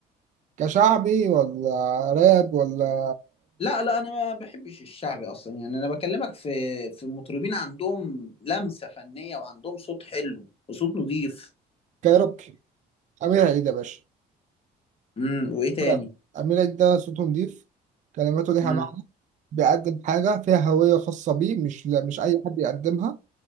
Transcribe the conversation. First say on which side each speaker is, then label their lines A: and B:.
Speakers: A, on the right (about 45°); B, on the left (about 35°).
A: كشعبي ولا راب ولا
B: لا لا انا ما بحبش الشعبي اصلا يعني انا بكلمك في في مطربين عندهم لمسة فنية وعندهم صوت حلو وصوت نظيف
A: كايروكي أمير عيد يا باشا
B: امم وايه تاني
A: أمير عيد أمير عيد ده صوته نضيف كلماته ليها
B: امم
A: معنى بيقدم حاجة فيها هوية خاصة بيه مش مش أي حد يقدمها